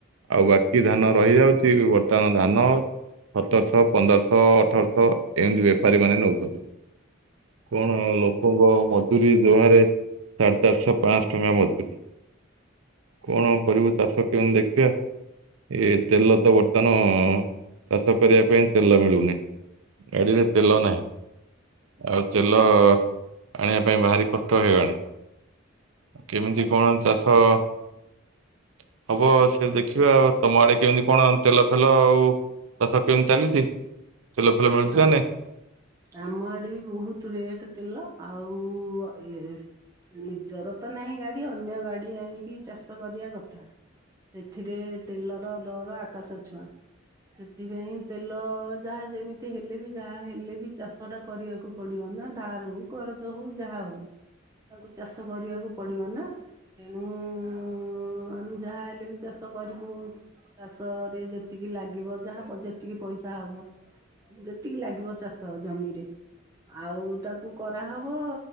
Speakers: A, on the right (about 80°); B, on the right (about 15°).
A: ଆଉ ବା କି ଧାନ ରହିଯାଉଚି ବର୍ତ୍ତମାନ ଧାନ ସତରଶହ ପନ୍ଦରଶହ ଅଠରଶହ ଏମିତି ବେପାରୀ ମାନେ ନେଉଚନ୍ତି କ କଣ ଲୋକଙ୍କ ମଜୁରୀ ଯହାରେ ସାଢେ ଚାରିଶହ ପାଞ୍ଚଶ ଟଙ୍କା ମଜୁରୀ କଣ କରିବୁ ଚାଷ କେମିତି ଦେଖିବା ଏ ତେଲତ ବର୍ତ୍ତମାନ ଚାଷ କରିବା ପାଇଁ ତେଲ ମିଳୁନି ଏବେବି ତେଲ ନାହିଁ, ଆଉ ତେଲ ଆଣିବା ପାଇଁ ଭାରି କଷ୍ଟ ହେଇଗଣି। କେମିତି କଣ ଚାଷ ଅଁ- ଅ ହବ ସେ ଦେଖିବା ଆଉ ତମ ଆଡେ କେମିତି କଣ ତେଲ ଫେଲ ଆଉ। ଚାଷ କେମିତି ଚାଲିଛି, ତେଲ ଫୁଲ
B: ଆଉ।
A: ମିଳୁଛି ନାଇଁ?
B: ଆମ ଆଡେ ବି ବୋହୁତ୍ ରେଟେ ତେଲ ଆଉ-ଉ-ଉ ଇଏ ନିଜର ତ ନାହିଁ ଗାଡି ଅନ୍ୟ ଗାଡି ଆଣିକି ଚାଷ କରିବା କଥା। ସେଥିରେ ତେଲର ଦର ଆକାଶ ଛୁଆଁ। ସେଥିପାଇଁ ତେଲ ଯାହା ଯେମିତି ହେଲେ ବି ଯାହା ହେଲେ ବି ଚାଷଟା କରିବାକୁ ପଡ଼ିବ ନା ଧାରକୁ। କରଜ ହଉ ଯାହା ହଉ ତାଙ୍କୁ ଚାଷ କରିବାକୁ ପଡିବ ନା। ତେଣୁ -ଉଁ- ଉଁ -ଉ -ଉ ଆମେ ଯାହା ହେଲେ ବି ଚାଷ କରିବୁ। ଚାଷରେ ଯେତିକି ଲାଗିବ ଯାହା ଯେତିକି ପଇସା ହବ। ଯେତିକି ଲାଗିବ ଚାଷ ଜମିରେ। ଆଉ ତାକୁ କରାହବ